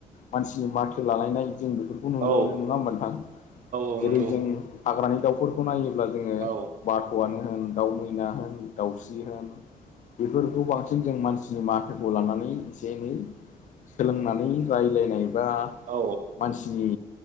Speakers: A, on the left; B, on the right.
A: मानसिनि माथो लालायनाय जों बे बेखौ नुनो
B: औ
A: मोनो नङा होमबथां
B: औ
A: जेरै
B: नंगौ
A: जों हाग्रानि दाउफोरखौ नायोब्ला जोङो
B: औ
A: बाथ'आनो होन दाउ मैना होन दाउस्रि होन बेफोरखौ बांसिन जों मानसिनि माफोरखौ लानानै एसे एनै सोलोंनानै राय्लायनाय बा
B: औ
A: मानसिनि